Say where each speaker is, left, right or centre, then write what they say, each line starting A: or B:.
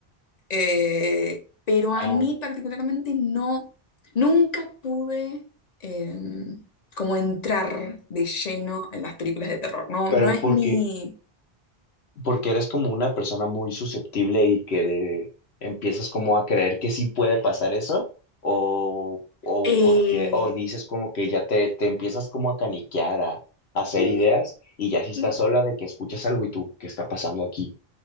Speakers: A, on the left; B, on the left.
A: Eh, pero a
B: ah,
A: mí particularmente no, nunca pude eh, como entrar de lleno en las películas de terror. No,
B: pero
A: no es
B: porque,
A: mi...
B: porque eres como una persona muy susceptible y que de- empiezas como a creer que sí puede pasar eso, o, o
A: eh,
B: porque, o dices como que ya te, te empiezas como a caniquear, a, a hacer
A: mm,
B: ideas, y ya si estás
A: mm,
B: sola de que escuchas algo y tú, ¿qué está pasando aquí?